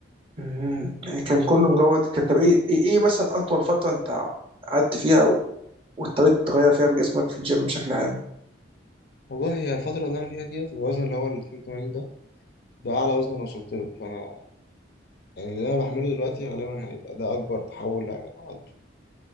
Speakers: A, on the right (about 30°); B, on the left (about 55°).
A: مهم. يعني كان كله مجرد كان طب ايه ايه إيه مثلا اطول فتره انت قعدت فيها و- واضطريت تغير فيها بجسمك في الجيم بشكل عام؟
B: والله هي الفترة اللي أنا فيها ديت الوزن اللي هو ال 82 ده ده أعلى وزن أنا وصلت له فأنا يعني اللي أنا بعمله دلوقتي غالبا هيبقى ده أكبر تحول هيبقى أنا عملته